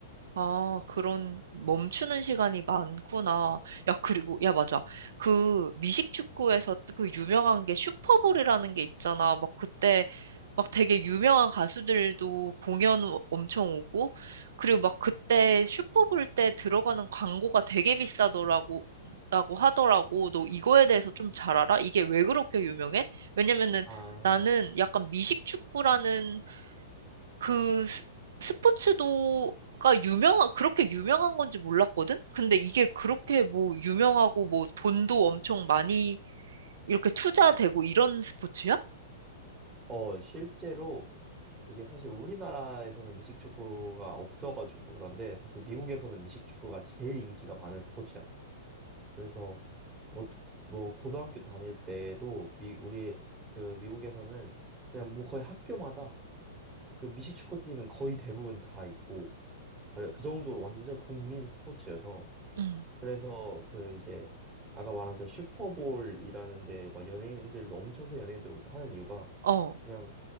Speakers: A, on the right; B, on the right.
A: 아, 그런 멈추는 시간이 많구나. 야, 그리고, 야, 맞아. 그 미식축구에서 그 유명한 게 슈퍼볼이라는 게 있잖아. 막 그때 막 되게 유명한 가수들도 공연 엄청 오고, 그리고 막 그때 슈퍼볼 때 들어가는 광고가 되게 비싸더라고, 라고 하더라고. 너 이거에 대해서 좀 잘 알아? 이게 왜 그렇게 유명해? 왜냐면은
B: 아,
A: 나는 약간 미식축구라는 그 스- 스포츠도가 유명한, 그렇게 유명한 건지 몰랐거든? 근데 이게 그렇게 뭐 유명하고 뭐 돈도 엄청 많이 이렇게 투자되고 이런 스포츠야?
B: 어, 실제로 이게 사실 우리나라에서는 미식축구가 없어가지고 그런데 사실 미국에서는 미식축구가 제일 인기가 많은 스포츠야. 그래서 뭐, 뭐 고등학교 다닐 때도 미, 우리 그 미국에서는 그냥 뭐 거의 학교마다 그 미식축구팀은 거의 대부분 다 있고 그래 그 정도로 완전 국민 스포츠여서
A: 응.
B: 그래서 그 이제 아까 말한 그 슈퍼볼이라는 데막 연예인들도 엄청 큰 연예인들 오고 하는 이유가
A: 어.
B: 그냥